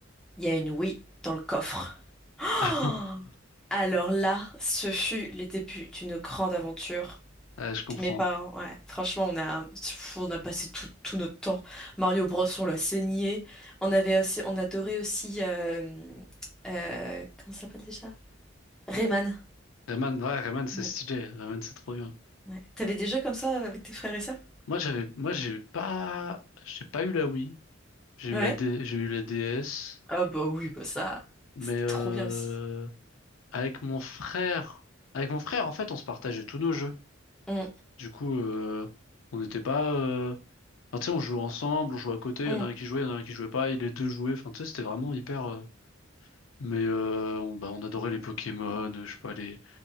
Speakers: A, in the centre; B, on the left.
A: il y a une Wii dans le coffre. Oh
B: <laughs>
A: Alors là, ce fut le début d'une grande aventure.
B: ah, je comprends.
A: Mes parents, ouais, franchement, on a, pff, on a passé tout, tout notre temps. Mario Bros, on l'a saigné. On avait aussi, on adorait aussi, euh, euh, comment ça s'appelle déjà? Rayman.
B: Rayman, ouais, Rayman, c'est
A: Mm.
B: stylé. Rayman, c'est trop bien.
A: Ouais. T'avais des jeux comme ça avec tes frères et sœurs?
B: Moi, j'avais, moi, j'ai pas, j'ai pas eu la Wii. J'ai eu
A: Ouais.
B: la D, j'ai eu la DS,
A: Ah bah oui, bah ça,
B: mais
A: c'est
B: euh,
A: trop bien aussi.
B: avec mon frère, avec mon frère, en fait, on se partageait tous nos jeux.
A: Mm,
B: Du coup, euh, on n'était pas, euh... enfin, tu sais, on jouait ensemble, on jouait à côté. Il
A: mm,
B: y en a un qui jouait, il y en a un qui jouait pas. Et les deux jouaient. Enfin, tu sais, c'était vraiment hyper. euh, Mais euh, on, bah, on adorait les Pokémon, euh, je sais pas les,